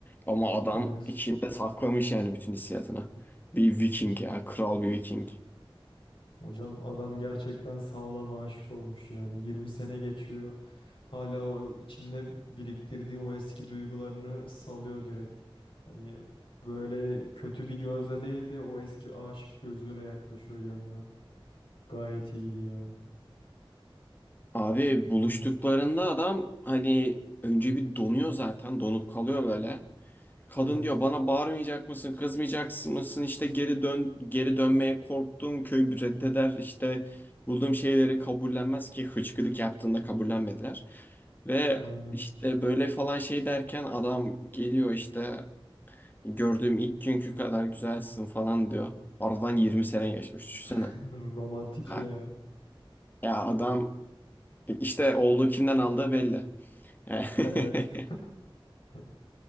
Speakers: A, on the left; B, on the left.
A: Ama adam
B: Evet.
A: içinde saklamış yani bütün hissiyatını. Bir Viking ya, kral bir Viking.
B: Hocam adam gerçekten sağlam aşık olmuş yani. 20 sene geçiyor. Hala o içinde biriktirdiği o eski duygularını salıyor direkt. Hani böyle kötü bir gözle değil de o eski aşık gözüyle yaklaşıyor yanına. Gayet iyiydi ya.
A: Abi buluştuklarında adam hani önce bir donuyor zaten donup kalıyor böyle. Kadın
B: Evet.
A: diyor bana bağırmayacak mısın kızmayacak mısın işte geri dön geri dönmeye korktum köy reddeder işte bulduğum şeyleri kabullenmez ki hıçkırık yaptığında kabullenmediler. Ve
B: Aynen.
A: işte böyle falan şey derken adam geliyor işte gördüğüm ilk günkü kadar güzelsin falan diyor. Aradan 20 sene geçmiş düşünsene.
B: <laughs> Romantik
A: Ha,
B: ya.
A: Ya adam işte oğlu kimden aldığı belli. Yani <laughs>
B: Evet. <laughs>